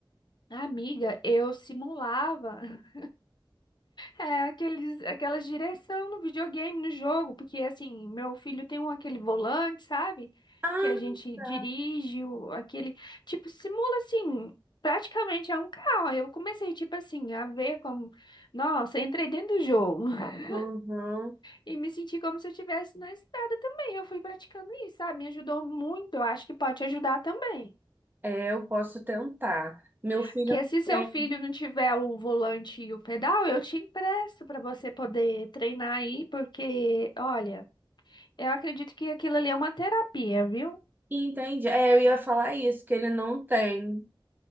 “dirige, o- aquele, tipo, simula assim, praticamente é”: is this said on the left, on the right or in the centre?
Left